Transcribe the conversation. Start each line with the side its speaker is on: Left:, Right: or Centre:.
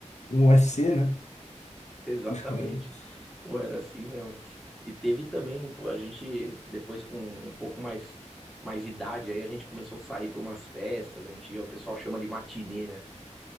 Left: um UFC, né?
Centre: Exatamente.
Left: <laughs>
Centre: Pô, era assim mesmo. E teve também, pô, a gente, depois com um pouco mais, mais idade, aí a gente começou a sair para umas festas. A gente ia, o pessoal chama de matinê,